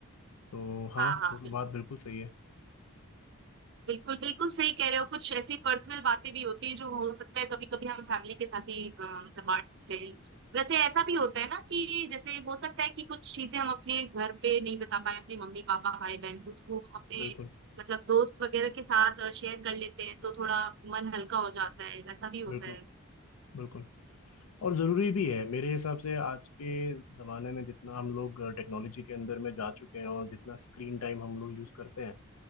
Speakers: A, on the left (about 85°); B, on the right (about 55°).
A: तो हाँ
B: हाँ हाँ
A: वो तो
B: बिल्कुल
A: बात बिल्कुल सही है
B: बिल्कुल बिल्कुल सही कह रहे हो कुछ ऐसी पर्सनल बातें भी होती हैं जो हो सकता है कभी कभी हम फैमिली के साथ ही अ, मतलब बांट सकते हैं वैसे ऐसा भी होता है ना कि जैसे हो सकता है कि कुछ चीजें हम अपने घर पे नहीं बता पाए अपने मम्मी पापा भाई बहन को तो अपने
A: बिल्कुल
B: मतलब दोस्त वगैरह के साथ शेयर कर लेते हैं तो थोड़ा मन हल्का हो जाता है ऐसा भी होता
A: बिल्कुल
B: है
A: बिल्कुल और ज़रूरी
B: जी
A: भी है मेरे हिसाब से आज के ज़माने में जितना हम लोग टेक्नोलॉजी के अंदर में जा चुके हैं और जितना स्क्रीन टाइम हम लोग यूज़ करते हैं